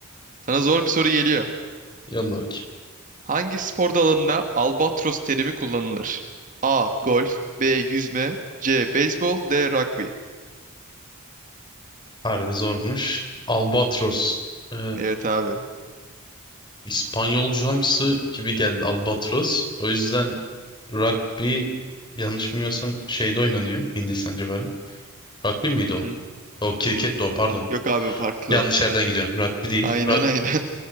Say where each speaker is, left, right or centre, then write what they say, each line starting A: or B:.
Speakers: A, on the right; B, on the left.
A: Sana zor bir soru geliyor.
B: Yolla bakayım.
A: Hangi spor dalında albatros terimi kullanılır? A. Golf B. Yüzme C. Beyzbol D. Rugby
B: Harbi zormuş. Albatros. Ee,
A: Evet abi.
B: İspanyolcamsı gibi geldi Albatros. O yüzden rugby yanlış bilmiyorsam şeyde oynanıyor Hindistan civarı. Rugby miydi
A: Hı
B: o?
A: hı.
B: O kriket de o pardon.
A: Yok abi farklı
B: Yanlış
A: o.
B: yerden gidiyorum. Rugby değil.
A: Aynen
B: Rug,
A: aynen.